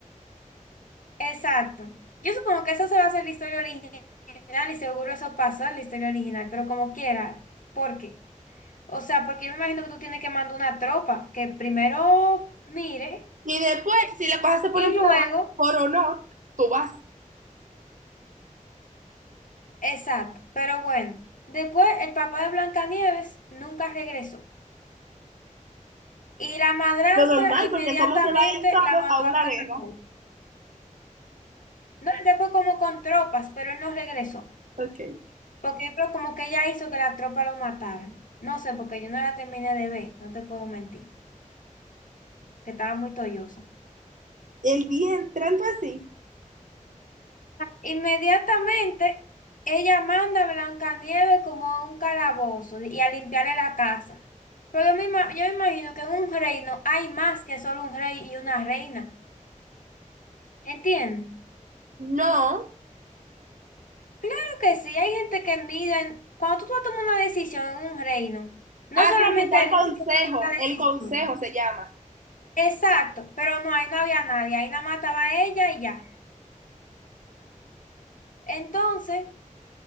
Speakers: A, on the left; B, on the right.
A: Exacto. Yo supongo que eso se va a hacer la historia original y seguro eso pasó en la historia original, pero como quiera. ¿Por qué? O sea, porque yo me imagino que tú tienes que mandar una tropa que primero mire
B: Y después, si las cosas se ponen
A: y
B: peor,
A: luego.
B: por honor, Tú vas.
A: Exacto, pero bueno. Después el papá de Blancanieves nunca regresó. Y la madrastra
B: lo normal,
A: inmediatamente
B: porque cómo se va él solo
A: la mandó
B: a
A: al
B: una
A: caracol.
B: guerra.
A: No, él se fue como con tropas, pero él no regresó.
B: Ok.
A: Porque yo creo como que ella hizo que la tropa lo matara. No sé, porque yo no la terminé de ver, no te puedo mentir, que estaba muy tollosa.
B: El día entrando así.
A: Inmediatamente, ella manda a Blancanieves como a un calabozo y a limpiarle la casa. Pero yo me, ima- yo me imagino que en un reino hay más que solo un rey y una reina. ¿Entiendes?
B: No.
A: Claro que sí, hay gente que mira, en- cuando tú vas a tomar una decisión en un reino, no
B: Ah,
A: solamente
B: sí, sí, está
A: el
B: el consejo.
A: rey que toma la decisión.
B: El consejo se llama.
A: Exacto, pero no, ahí no había nadie, ahí nada más estaba ella y ya. Entonces,